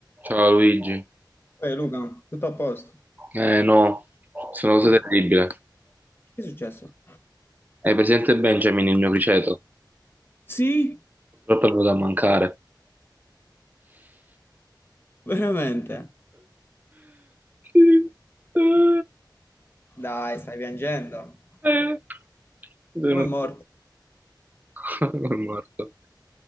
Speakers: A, on the right (about 20°); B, on the left (about 30°).
A: Ciao Luigi.
B: Ehi Luca, tutto a posto?
A: Eh no, sono una
B: Che
A: cosa
B: è successo?
A: terribile.
B: Che è successo?
A: Hai presente Benjamin, il mio criceto?
B: Sì,
A: Purtroppo è venuto a mancare.
B: veramente.
A: Sì.
B: Dai, stai piangendo.
A: Eh. Sono-
B: Come è morto?
A: <laughs> È morto.